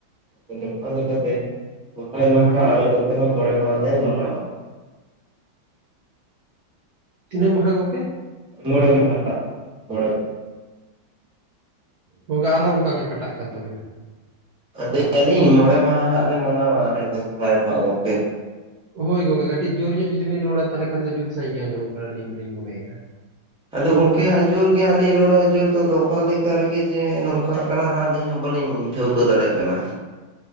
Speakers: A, in the centre; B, on the right.
A: ᱚᱱᱠᱟ ᱞᱮᱠᱟ ᱛᱮ ᱥᱚᱨᱦᱟᱭ ᱢᱟᱦᱟ ᱟᱞᱮ ᱱᱚᱛᱮ ᱫᱚ ᱢᱚᱬᱮ ᱢᱟᱦᱟ ᱞᱮ ᱢᱟᱱᱟᱣᱟ ᱾
B: ᱛᱤᱱᱟᱹᱜ ᱢᱟᱦᱟ ᱜᱚᱝᱠᱮ?
A: ᱢᱚᱬᱮ ᱢᱟᱦᱟᱸ ᱦᱟᱸᱜ ᱢᱚᱬᱮ ᱼᱼ
B: ᱜᱚᱝᱠᱮ ᱟᱨᱦᱚ ᱚᱱᱠᱟ ᱜᱮ ᱠᱟᱴᱟᱜ ᱠᱟᱱ ᱛᱟᱵᱤᱱᱟ ᱾
A: <unintelligible> ᱟᱹᱞᱤᱧ ᱢᱚᱬᱮ ᱢᱟᱦᱟ ᱦᱟᱸᱜ ᱞᱮ ᱢᱟᱱᱟᱣᱟ ᱟᱞᱮ ᱫᱚ ᱟᱞᱮ ᱫᱚ ᱦᱟᱸᱜ ᱜᱚᱝᱠᱮ ᱾
B: ᱦᱳᱭ ᱜᱚᱝᱠᱮ ᱠᱟᱹᱴᱤᱡ ᱡᱳᱨ ᱧᱚᱜ ᱡᱩᱫᱤ ᱵᱤᱱ ᱨᱚᱲᱟ ᱛᱟᱦᱚᱞᱮ ᱠᱷᱟᱱ ᱫᱚ ᱡᱩᱛ ᱥᱟᱺᱦᱤᱡ ᱜᱮ ᱟᱸᱡᱚᱢᱚᱜ ᱠᱟᱱᱟ ᱟᱹᱞᱤᱧ ᱫᱚᱞᱤᱧ ᱢᱚᱱᱮᱭᱮᱫᱼᱟ᱾
A: ᱟᱫᱚ ᱜᱚᱢᱠᱮ ᱦᱟᱸᱜ ᱡᱳᱨ ᱜᱮ ᱦᱟᱸᱜ ᱞᱤᱧ ᱨᱚᱲᱟ ᱡᱳᱨ ᱛᱮ ᱫᱚ ᱚᱠᱟ ᱞᱮᱠᱟ ᱨᱮᱜᱮ ᱡᱮ ᱱᱚᱝᱠᱟᱜ ᱠᱟᱱᱟ ᱦᱟᱸᱜ ᱟᱹᱞᱤᱧ ᱦᱚᱸ ᱵᱟᱹᱞᱤᱧ ᱴᱷᱟᱹᱣᱠᱟᱹ ᱫᱟᱲᱮᱜ ᱠᱟᱱᱟ᱾